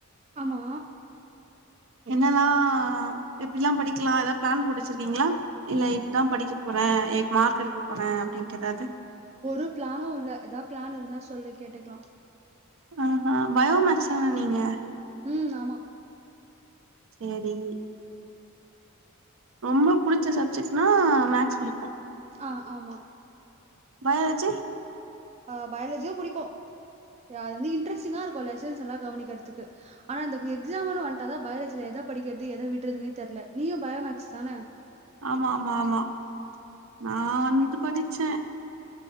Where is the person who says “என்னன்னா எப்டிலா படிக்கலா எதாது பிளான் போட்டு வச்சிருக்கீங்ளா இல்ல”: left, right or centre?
Right